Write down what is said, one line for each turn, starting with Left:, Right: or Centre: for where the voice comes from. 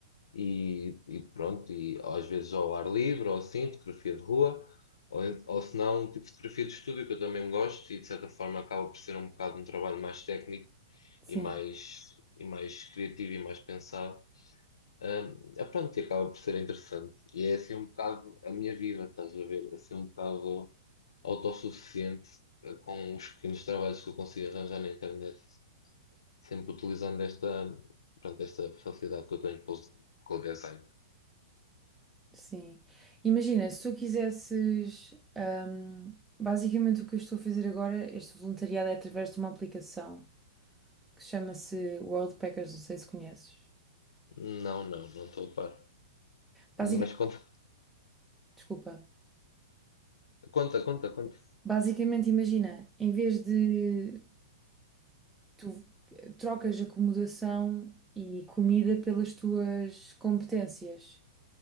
Left: e, e pronto, e às vezes ao ar livre, ou assim, fotografia de rua, ou, en- ou se não, um tipo fotografia de estúdio, que eu também gosto, e de certa forma acaba por ser um bocado um trabalho mais técnico
Centre: sim,
Left: e mais, e mais criativo e mais pensado. Ahm, é pronto, e acaba por ser interessante. E é assim um bocado a minha vida, estás a ver? É Assim um bocado autossuficiente eh, com os pequenos trabalhos que eu consigo arranjar na internet, sempre utilizando esta, pronto, esta facilidade que eu tenho com o com o design.
Centre: sim. Imagina, se tu quisesses, ahm, basicamente o que eu estou a fazer agora, este voluntariado é através de uma aplicação que chama-se World Packers, não sei se conheces.
Left: Não, não, não estou a par.
Centre: Basicamente,
Left: Mas conta,
Centre: desculpa.
Left: conta, conta, conta.
Centre: Basicamente, imagina, em vez de tu trocas acomodação e comida pelas tuas competências.